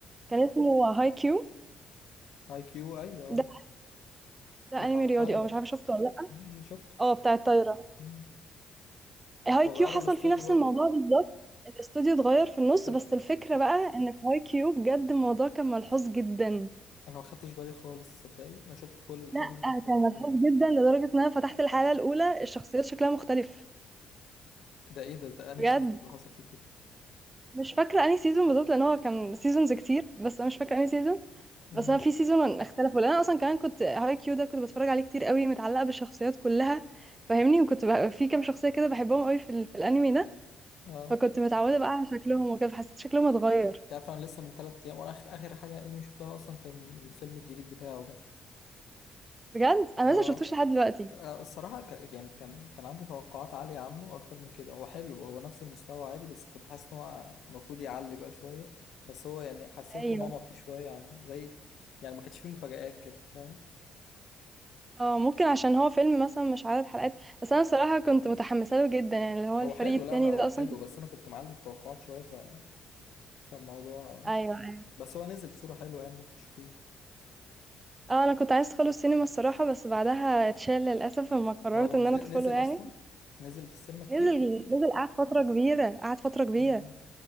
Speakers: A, on the right (about 25°); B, on the left (about 75°).
A: كان اسمه هاي كيو
B: هاي كيو ايوه
A: ده ده
B: بتاع
A: انمي
B: الطايره
A: رياضي اه مش عارفه شفته ولا لا
B: م- م، شفته
A: اه بتاع الطايره
B: م.
A: هاي
B: هو
A: كيو
B: غيروا
A: حصل
B: الاستوديو
A: فيه نفس
B: برضه
A: الموضوع بالظبط الاستوديو اتغير في النص
B: تصدق؟
A: بس الفكره بقى ان في هاي كيو بجد الموضوع كان ملحوظ جدا
B: انا ما خدتش بالي خالص صدقني انا شفت كل حاجه
A: لا
B: ما
A: كان
B: خدتش
A: ملحوظ
B: بالي
A: جدا لدرجه ان انا فتحت الحلقه الاولى الشخصيات شكلها مختلف
B: ده ايه ده ده انهي
A: بجد
B: سيزون اللي حصل فيه كده
A: مش فاكرة انهي سيزون بالظبط لان هو كان سيزونز كتير بس انا مش فاكرة انهي سيزون
B: امم
A: بس انا في سيزون اختلفوا لان انا اصلا كمان كنت هاي كيو ده كنت بتفرج عليه كتير قوي متعلقة بالشخصيات كلها فاهمني وكنت بقى في كام شخصية كده بحبهم قوي في, ال... في الانمي ده
B: اه
A: فكنت متعودة بقى على شكلهم وكده فحسيت شكلهم اتغير
B: انت عارف انا لسه من ثلاث ايام وانا اخر اخر حاجه انمي شفتها اصلا كان الفيلم الجديد بتاعه ده
A: بجد انا
B: اه
A: لسه شفتوش لحد دلوقتي
B: آه، الصراحه ك... يعني كان كان عندي توقعات عاليه عنه اكتر من كده هو حلو هو نفس المستوى عادي بس كنت حاسس ان هو المفروض يعلي بقى شويه بس هو يعني حسيته
A: ايوه
B: نمطي شويه عن زي يعني ما كانش فيه مفاجآت كده فاهم
A: اه ممكن عشان هو فيلم مثلا مش عدد حلقات بس انا الصراحة كنت متحمسة له جدا يعني اللي هو الفريق
B: هو حلو
A: التاني
B: لا لا هو
A: ده اصلا
B: حلو
A: كنت
B: بس انا كنت معلي التوقعات شويه ف... فالموضوع
A: ايوه ايوه
B: بس هو نزل صوره حلوه يعني ممكن تشوفيه
A: اه انا كنت عايز ادخله السينما الصراحة بس بعدها اتشال للاسف لما قررت
B: هو منزل
A: ان انا ادخله
B: نزل
A: يعني
B: اصلا نزل في السينما كتير
A: نزل نزل قعد فترة كبيرة قعد فترة كبيرة
B: مم.